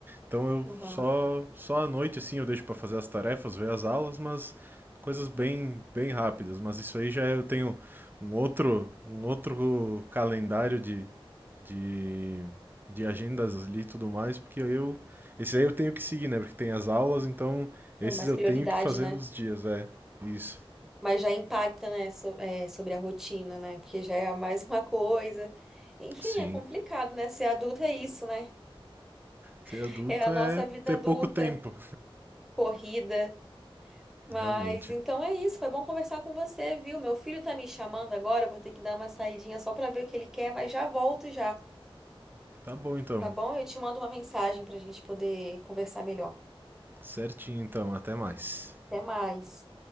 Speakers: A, on the right (about 20°); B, in the centre.
A: Então eu
B: Uhum.
A: só só à noite assim eu deixo para fazer as tarefas, ver as aulas, mas coisas bem bem rápidas, mas isso aí já é, eu tenho um outro um outro calendário de de de agendas ali e tudo mais, porque aí eu esse aí eu tenho que seguir, né? Porque tem as aulas, então
B: É
A: esses
B: mais
A: eu
B: prioridade,
A: tenho que fazer
B: né?
A: nos dias, é. Isso.
B: Mas já impacta, né, so- é, sobre a rotina, né? Porque já é mais uma coisa. Enfim,
A: Sim.
B: é complicado, né? Ser adulta é isso, né?
A: Ser
B: <laughs>
A: adulto
B: É a nossa
A: é
B: vida
A: ter
B: adulta,
A: pouco tempo,
B: corrida. Mas
A: realmente.
B: então é isso. Foi bom conversar com você, viu? Meu filho tá me chamando agora. eu Vou ter que dar uma saidinha só pra ver o que ele quer, mas já volto já,
A: Tá bom então.
B: tá bom? Eu te mando uma mensagem pra gente poder conversar melhor.
A: Certinho então, até mais.
B: Até mais.